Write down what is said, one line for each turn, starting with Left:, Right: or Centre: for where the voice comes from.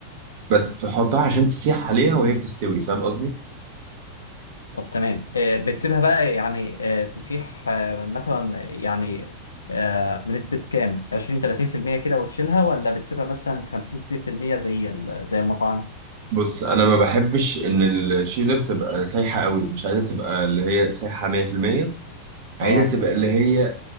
Right: بس تحطها عشان تسيح عليها وهي بتستوي فاهم قصدي
Left: طب تمام إيه بتسيبها بقى يعني آه، تسيح آه، مثلا يعني آه، بنسبة كام 20 30% كده وتشيلها ولا بتسيبها مثلا 50 60% زي ال- زي المطاعم
Right: بص انا ما بحبش ان الشيدر تبقى سايحه قوي مش عايزه تبقى اللي هي سايحه 100% عايزه
Left: اه
Right: تبقى اللي هي